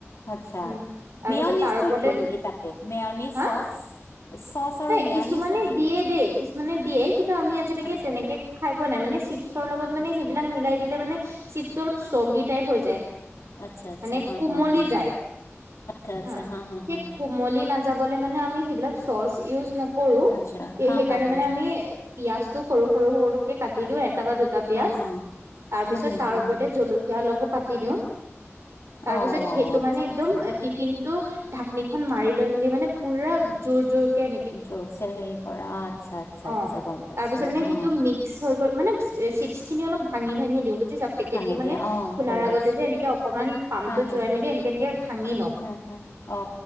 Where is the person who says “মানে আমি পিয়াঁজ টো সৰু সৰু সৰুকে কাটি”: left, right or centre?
Right